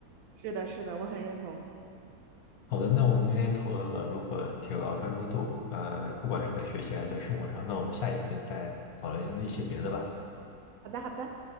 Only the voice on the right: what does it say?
是的，是的，我很认同。
好的，好的。